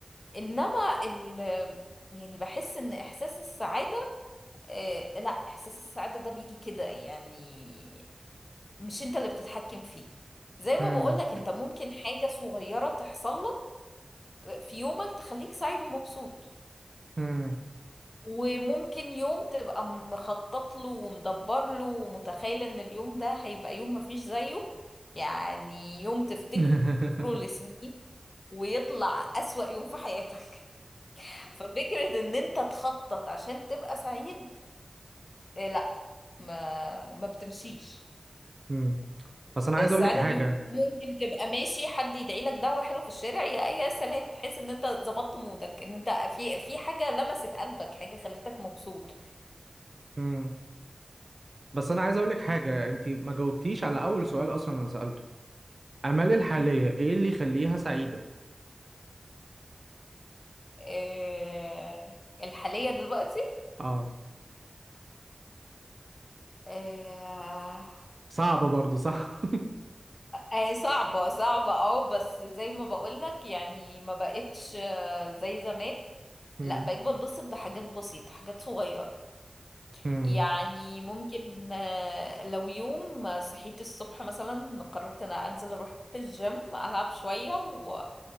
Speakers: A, on the left; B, on the right.
A: انما ال يعني بحس ان احساس السعادة اه لا احساس السعادة ده بيجي كده يعني مش انت اللي بتتحكم فيه زي ما
B: امم
A: بقولك انت ممكن حاجة صغيرة تحصل لك آه، في يومك تخليك سعيد ومبسوط
B: امم
A: وممكن يوم تبقى مخطط له ومدبر له ومتخيل ان اليوم ده هيبقى يوم مفيش زيه يعني يوم تفتكره
B: <laughs>
A: لسنين ويطلع أسوأ يوم في حياتك <laughs> ففكرة ان انت تخطط عشان تبقى سعيد آه، لا ما ما بتمشيش
B: امم بس انا عايز
A: السعادة
B: اقول لك حاجه
A: دي ممكن تبقى ماشي حد يدعي لك دعوة حلوة في الشارع يا يا سلام تحس ان انت ظبطت مودك ان انت في في حاجة لمست قلبك حاجة خلتك مبسوط
B: امم بس انا عايز اقول لك حاجه انت ما جاوبتيش على اول سؤال اصلا انا سالته اعمالي الحاليه ايه اللي يخليها سعيده
A: آه، الحالية دلوقتي
B: اه
A: آه،
B: صعب برضو صح
A: آه، صعبة صعبة اه بس زي ما بقولك يعني ما بقتش آه، زي زمان
B: <laughs> امم
A: لا بقيت بتبسط بحاجات بسيطة حاجات صغيرة
B: امم
A: يعني ممكن آه، لو يوم صحيت الصبح مثلا قررت ان أنا انزل اروح الجيم العب شوية و...